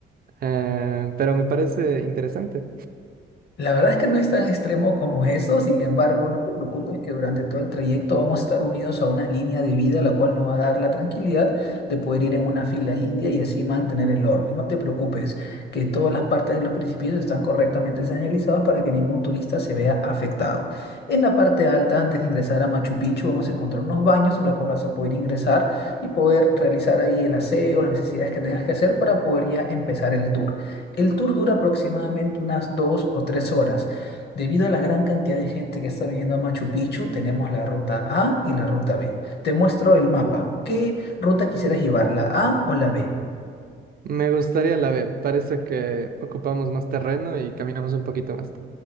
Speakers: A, on the right; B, on the left.
A: eh, pero me parece interesante.
B: La verdad es que no es tan extremo como eso, sin embargo, no te preocupes que durante todo el trayecto vamos a estar unidos a una línea de vida la cual nos va a dar la tranquilidad de poder ir en una fila india y así mantener el orden. No te preocupes que todas las partes de los precipicios están correctamente señalizadas para que ningún turista se vea afectado. En la parte alta, antes de ingresar a Machu Picchu, vamos a encontrar unos baños en los cuales vas a poder ingresar y poder realizar ahí el aseo, las necesidades que tengas que hacer para poder ya empezar el tour. El tour dura aproximadamente unas dos o tres horas. Debido a la gran cantidad de gente que está viniendo a Machu Picchu, tenemos la ruta A y la ruta B. Te muestro el mapa. ¿Qué ruta quisieras llevar, la A o la B?
A: Me gustaría la B, parece que ocupamos más terreno y caminamos un poquito más.